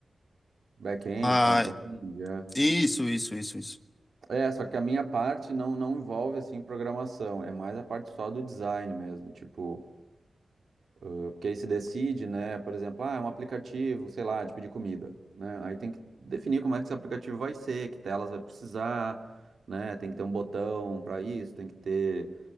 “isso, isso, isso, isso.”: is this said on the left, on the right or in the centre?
Left